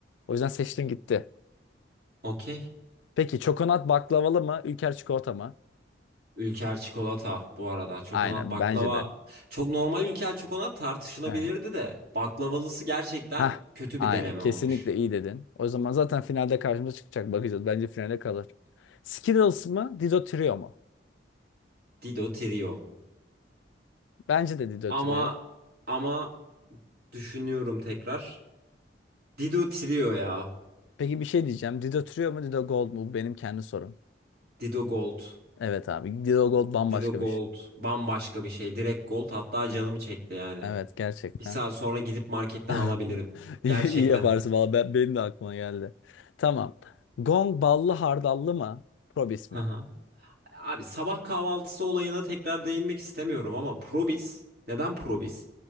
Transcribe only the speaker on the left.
O yüzden seçtim gitti.
Peki çokonat baklavalı mı? Ülker çikolata mı?
Aynen
bence de.
Evet.
Hah
aynen
kesinlikle
iyi dedin. O zaman zaten finalde karşımıza çıkacak bakacağız. Bence finale kalır. Skittles mı? Dido Trio mu?
Bence de Dido
Trio.
Peki bir şey diyeceğim. Dido Trio mu Dido Gold mu? Bu benim kendi sorum.
Evet abi. Dilo Gold bambaşka
bir şey.
Ha,
Evet gerçekten.
<laughs>
İyi,
iyi yaparsın valla. Ben, benim de aklıma geldi. Tamam. Gong ballı hardallı mı? Probis
mi?